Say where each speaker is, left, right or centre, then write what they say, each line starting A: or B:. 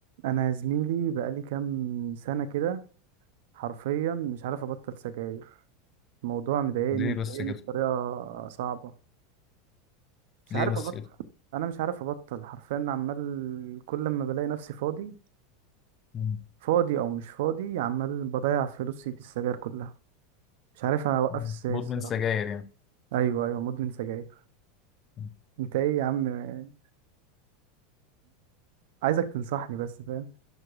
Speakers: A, on the right (about 70°); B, on the left (about 25°).
A: انا يا زميلي بقالي كام سنه كده حرفيا مش عارف ابطل سجاير الموضوع مضايقني
B: ليه
A: مضايقني
B: بس كده
A: بطريقه صعبه مش
B: ليه
A: عارف
B: بس
A: ابطل
B: كده
A: انا مش عارف ابطل حرفيا عمال كل ما بلاقي نفسي فاضي
B: مم.
A: فاضي او مش فاضي عمال بضيع فلوسي في السجاير كلها مش عارف اوقف
B: مم.
A: ازاي
B: مدمن
A: الصراحه
B: سجاير يعني
A: ايوه ايوه مدمن سجاير
B: مم.
A: انت ايه يا عم أنا عايزك تنصحني بس فاهم